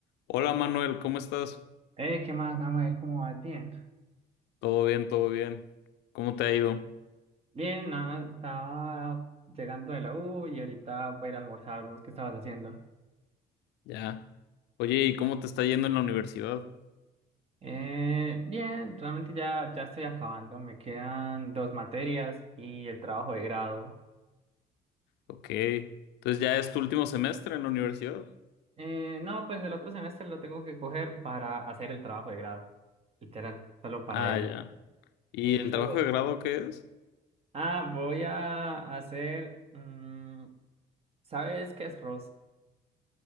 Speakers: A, on the left; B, on the right.
A: Hola Manuel, ¿cómo estás?
B: Eh, ¿qué más, Samuel? ¿Cómo vas? Bien.
A: Todo bien, todo bien. ¿Cómo te ha ido?
B: Bien, nada, estaba llegando de la U y ahorita voy a ir a almorzar. ¿Vos qué estabas haciendo?
A: Ya. Oye, ¿y cómo te está yendo en la universidad?
B: Eh, bien, realmente ya, ya estoy acabando. Me quedan dos materias y el trabajo de grado.
A: Ok. Entonces ya es tu último semestre en la universidad.
B: Eh, no, pues el otro semestre lo tengo que coger para hacer el trabajo de grado. Literal, solo para
A: Ah,
B: eso.
A: ya. ¿Y
B: ¿Y,
A: el trabajo
B: y vos?
A: de grado qué es?
B: Ah, voy a hacer... mm, ¿sabes qué es ROS?